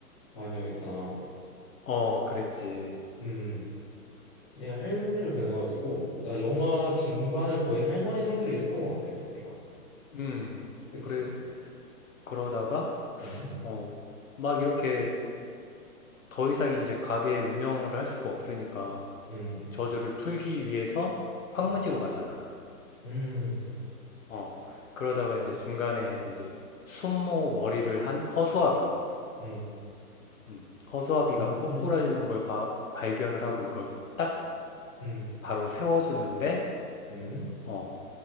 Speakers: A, on the left (about 20°); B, on the left (about 60°).
A: 마녀 있잖아.
B: 어, 그랬지.
A: 음, 음. 얘 할머니로 변해가지고 나 영화 중반을 거의 할머니 상태로 있었던 것 같아. 소피가.
B: 음,
A: 그치?
B: 그래, 그러다가,
A: 음,
B: 어, 막 이렇게 더 이상 이제 가게 운영을 할 수가 없으니까
A: 음,
B: 저주를 풀기 위해서 황무지로
A: 음,
B: 가잖아.
A: 음,
B: 어, 그러다가 이제 중간에 이제 순모 머리를 한 허수아비.
A: 음,
B: 음, 허수아비가
A: 아,
B: 꼬꾸라지는 걸 봐- 발견을 하고 이걸 딱
A: 음,
B: 바로 세워주는데,
A: 음,
B: 어,